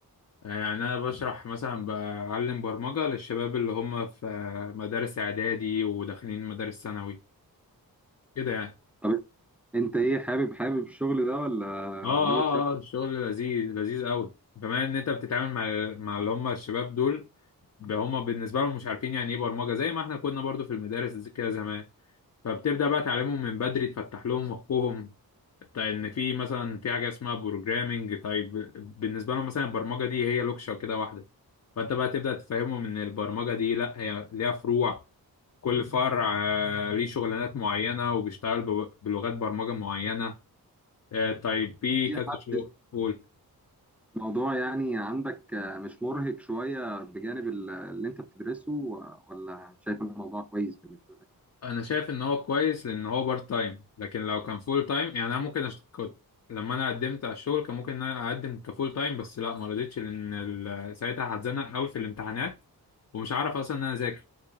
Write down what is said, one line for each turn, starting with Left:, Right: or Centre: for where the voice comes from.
Left: يعني انا بشرح مثلا بعلم برمجه للشباب اللي هم في مدارس اعدادي وداخلين مدارس ثانوي كده يعني
Centre: طب انت ايه حابب حابب الشغل ده ولا
Left: اه اه
Centre: ناوي تشفت
Left: اه الشغل لذيذ لذيذ قوي وكمان ان انت بتتعامل مع مع اللي هم الشباب دول ب- هم بالنسبه لهم مش عارفين يعني ايه برمجه زي ما احنا كنا برضو في المدارس كده زمان فبتبدا بقى تعلمهم من بدري تفتح لهم مخهم طيب ان في مثلا في حاجه اسمها بروجرامنج طيب بالنسبه لهم مثلا البرمجه دي هي لوكشه كده واحده فانت بقى تبدا تفهمهم ان البرمجه دي لا هي ليها فروع كل فرع آه، ليه شغلانات معينه وبيشتغل ب- بلغات برمجه معينه آه، طيب في
Centre: في
Left: كذا
Centre: حد
Left: شغل
Centre: الموضوع يعني عندك آه، مش مرهق شوية بجانب ال- اللي انت بتدرسه و- ولا شايف الموضوع كويس بالنسبة لك
Left: انا شايف ان هو كويس لان هو بارت تايم لكن لو كان فول تايم يعني انا ممكن أشت... كنت لما انا قدمت على الشغل كان ممكن ان انا اقدم كفول تايم بس لا ما رضيتش لان ال- ساعتها هتزنق قوي في الامتحانات ومش عارف اصلا ان انا اذاكر